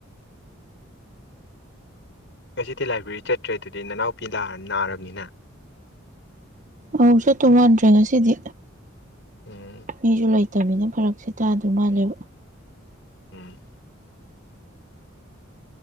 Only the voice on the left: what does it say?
ꯉꯁꯤꯗꯤ ꯂꯥꯏꯕ꯭ꯔꯦꯔꯤ ꯆꯠꯇ꯭ꯔꯦ ꯑꯗꯨꯗꯤ ꯅꯅꯥꯎꯄꯤ ꯂꯥꯛ ꯅꯥꯔꯕꯅꯤꯅ
ꯎꯝ
ꯎꯝ